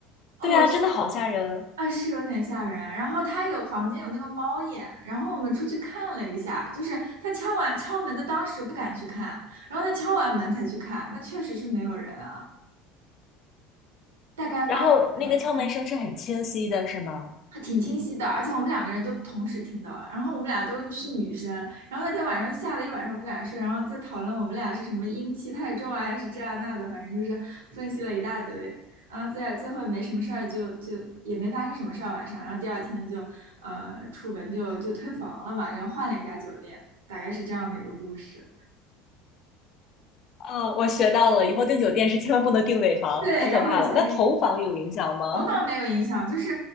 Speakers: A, on the right; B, on the left.
A: 哦，
B: 对啊，真的好吓人。
A: 啊，是有点吓人。然后他有房间有那个猫眼，然后我们出去看了一下，就是他敲完敲门的当时不敢去看，然后他敲完门才去看，那确实是没有人啊。大概发生了。
B: 然后那个敲门声是很清晰的，
A: 三。
B: 是吗？
A: 还挺清晰的，而且我们两个人都同时听到了，然后我们俩都是女生，然后那天晚上吓得一晚上不敢睡，然后在讨论我们俩是什么阴气太重啊，还是这啊那的，反正就是分析了一大堆，然后最最后没什么事儿就，就也没发生什么事儿晚上，然后第二天就呃出门就就退房了嘛，然后换了一家酒店，大概是这样的一个故事。
B: 啊，我学到了，以后订酒店是千万不能订尾房，
A: 对，
B: 太可怕了。
A: 然后我就想跟你
B: 那头房有影响吗？
A: 头发没有影响，就是